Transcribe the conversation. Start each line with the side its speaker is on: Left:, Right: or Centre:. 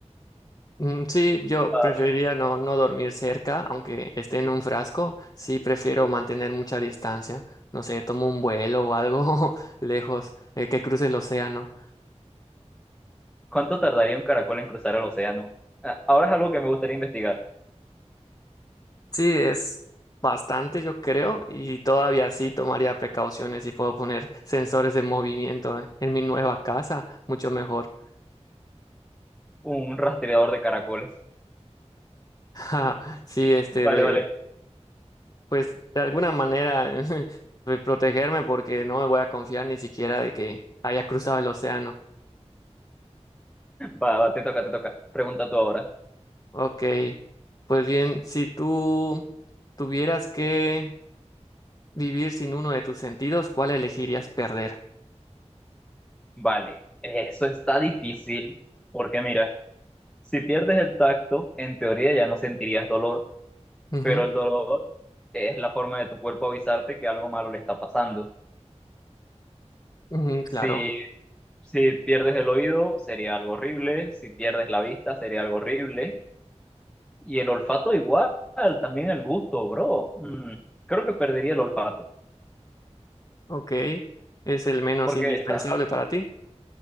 Left: Mm, Sí, yo
Centre: Ah,
Left: preferiría no, no dormir cerca, aunque esté en un frasco. Sí, prefiero mantener mucha distancia. No sé, tomo un vuelo o algo <laughs> lejos, eh, que cruce el océano.
Centre: ¿Cuánto tardaría un caracol en cruzar el océano? Ah, Ahora es algo que me gustaría investigar,
Left: Sí, es bastante, yo creo, y todavía sí tomaría precauciones y puedo poner sensores de movimiento en mi nueva casa, mucho mejor. <laughs>
Centre: un rastreador de caracoles.
Left: Ja, Sí, este
Centre: Vale,
Left: de,
Centre: vale.
Left: pues de alguna manera <laughs> de protegerme porque no me voy a confiar ni siquiera de que haya cruzado el océano.
Centre: Va, va, te toca, te toca. Pregunta tú ahora.
Left: Ok, pues bien, si tú tuvieras que vivir sin uno de tus sentidos, ¿cuál elegirías perder?
Centre: Vale, eso está difícil porque mira, si pierdes el tacto, en teoría ya no sentirías dolor,
Left: Ujú,
Centre: pero el dolor es la forma de tu cuerpo avisarte que algo malo le está pasando.
Left: ujú, claro.
Centre: Si, si pierdes el oído, sería algo horrible, si pierdes la vista, sería algo horrible, y el olfato igual, también el gusto, bro. Mm, creo que perdería el olfato,
Left: Ok, es el menos
Centre: porque
Left: indispensable para ti.